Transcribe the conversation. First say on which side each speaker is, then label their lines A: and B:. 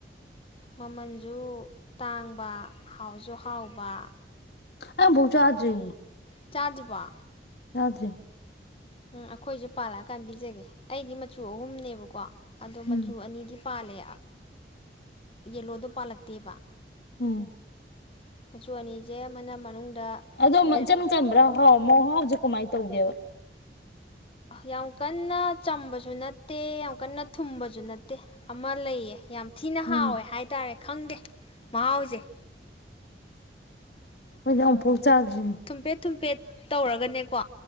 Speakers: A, on the left (about 30°); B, on the left (about 65°).
A: ꯃꯃꯜꯁꯨ ꯇꯥꯡꯕ ꯍꯥꯎꯁꯨ ꯍꯥꯎꯕ
B: ꯑ ꯧ ꯆꯖꯔꯤ
A: ꯆꯥꯖꯕ
B: ꯌꯥꯗ꯭ꯔꯤ
A: ꯎꯝ ꯑꯩꯈꯣꯏꯁꯦ ꯄꯥꯜꯂꯛꯑꯀꯥꯟ ꯄꯤꯖꯒꯦ ꯑꯩꯗꯤ ꯃꯆꯨ ꯑꯍꯨꯝꯅꯦꯕꯀꯣ ꯑꯗꯣ ꯃꯆꯨ
B: ꯎꯝ
A: ꯑꯅꯤꯗꯤ ꯄꯥꯂꯦ ꯌꯦꯂꯣꯗ ꯄꯥꯜꯂꯛꯇꯦꯕ
B: ꯎꯝ
A: ꯃꯆꯨ ꯑꯅꯤꯁꯦ ꯑꯃꯅ ꯃꯅꯨꯡꯗ
B: ꯑꯗꯣ
A: ꯔꯦꯠ
B: ꯏꯆꯝ ꯆꯝꯕ꯭ꯔꯥ ꯍꯥꯎ ꯃꯍꯥꯎꯁꯦ ꯀꯃꯥꯏꯅ ꯇꯧꯒꯦꯕ
A: ꯌꯥꯝ ꯀꯟꯅ ꯆꯝꯕꯁꯨ ꯅꯠꯇꯦ ꯑꯃꯨꯛꯀꯟꯅ ꯊꯨꯝꯕꯁꯨ ꯅꯠꯇꯦ ꯑꯃ ꯂꯩꯌꯦ ꯌꯥꯝ ꯊꯤꯅ
B: ꯎꯝ
A: ꯍꯥꯎꯋꯦ ꯍꯥꯏꯇꯥꯔꯦ ꯈꯪꯗꯦ ꯃꯍꯥꯎꯁꯦ
B: ꯑꯩꯈꯣꯏꯗꯤ ꯑꯃꯨꯛꯐꯥꯎ ꯆꯥꯗ꯭ꯔꯤ
A: ꯊꯨꯝꯐꯦꯠ ꯊꯨꯝꯐꯦꯠ ꯇꯧꯔꯒꯅꯦꯀꯣ